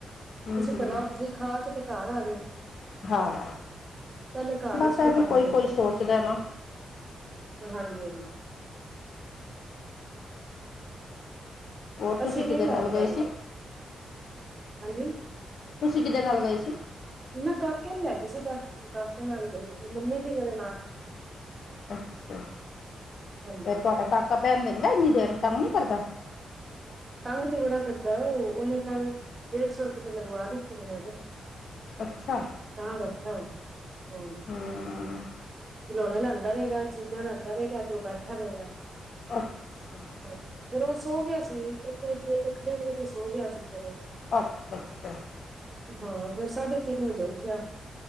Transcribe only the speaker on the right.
ਤੁਸੀਂ
ਭਲਾ ਉੱਥੇ ਹੀ ਖਾ ਕੇ ਤੇ ਘਰ ਆ ਜਾਓ।
ਪਹਿਲੇ ਘਰ
ਰਸਤੇ
ਪਾਉਂਦੇ
ਹਾਂਜੀ- ਹਾਂਜੀ।
ਅਸੀਂ
ਨੀ ਲੈ
ਕੇ
ਆਂਦੇ,
ਹਾਂਜੀ।
ਮੈਂ ਕਾਕੇ ਨੂੰ ਲੈ ਗੀ ਸੀ ਬਸ ਕਾਕੇ ਨਾਲ ਗਈ ਸੀ ਮੰਮੀ ਸੀ ਮੇਰੇ ਨਾਲ।
ਹਾਂਜੀ
ਤੰਗ ਤੇ ਬੜਾ ਕਰਦਾ ਏ ਉਹਨੇ ਕੱਲ ਡੇਢ ਸੌ ਰੁਪਏ ਤੇ ਲਗਵਾ ਦਿੱਤੇ ਨੇ ਮੈਰੇ।
ਤਾਂ ਬੈਠਾ, ਹਾਂਜੀ।
ਖਿਲੋਣੇ ਲਿਆਂਦਾ ਰਹੇਗਾ, ਚੀਜ਼ਾਂ ਲਿਆਂਦਾ ਰਹੇਗਾ ਤੇ ਬੈਠਾ ਰਹੇਗਾ।
ਫੇਰ ਉਹ ਸੋ ਗਿਆ ਸੀ, ਇੱਕ ਵਜੇ ਇੱਕ ਡੇਢ ਵਜੇ ਸੋ ਗਿਆ ਸੀ ਫੇਰ।
ਹਾਂ ਫੇਰ ਸਾਢੇ ਤਿੰਨ ਵਜੇ ਉੱਠਿਆ।